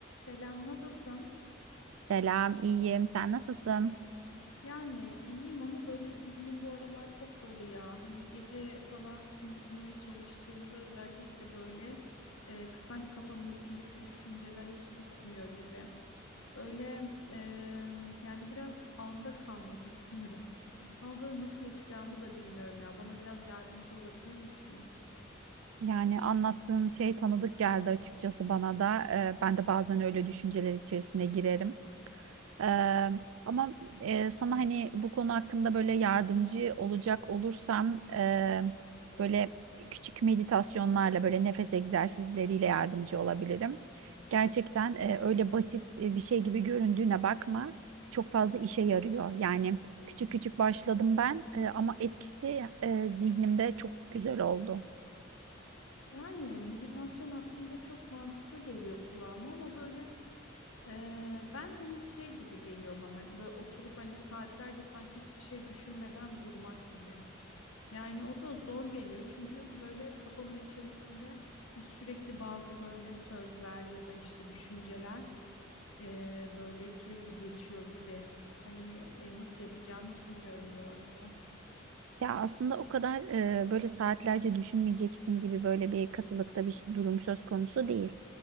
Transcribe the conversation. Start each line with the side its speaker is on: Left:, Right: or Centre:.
Left: Selam, nasılsın?
Right: Selam, iyiyim. Sen nasılsın?
Left: Yani iyiyim ama böyle zihnim bu aralar çok dolu ya. Hani gece falan uyumaya çalıştığımda özellikle böyle e, sanki kafamın içindeki düşünceler hiç susmuyor gibi. Böyle e, yani biraz anda kalmak <laughs> istiyorum. Ama böyle nasıl yapacağımı da bilmiyorum ya. Bana biraz yardımcı olabilir misin?
Right: Yani anlattığın şey tanıdık geldi açıkçası bana da. Ee, ben de bazen öyle düşünceler içerisine girerim. Eee, ama eee, sana hani bu konu hakkında böyle yardımcı olacak olursam eee, böyle küçük meditasyonlarla böyle nefes egzersizleriyle yardımcı olabilirim. Gerçekten eee, öyle basit e, bir şey gibi göründüğüne bakma. Çok fazla işe yarıyor. Yani küçük küçük başladım ben eee, ama etkisi eee, zihnimde çok güzel oldu.
Left: Yani meditasyon aslında çok mantıklı geliyor kulağıma ama böyle Ee, ben hani şey gibi geliyor bana hani böyle oturup hani saatlerce sanki hiçbir şey düşünmeden durmak gibi. Yani o da zor geliyor çünkü böyle kafamın içerisinde hani sürekli bazı böyle sözler ya da işte düşünceler e, böyle sürekli geçiyor gibi. Hani e, nasıl yapacağımı hiç bilmiyorum doğrusu.
Right: Ya aslında o kadar eee, böyle saatlerce düşünmeyeceksin gibi böyle bir katılıkta bir ş- durum söz konusu değil.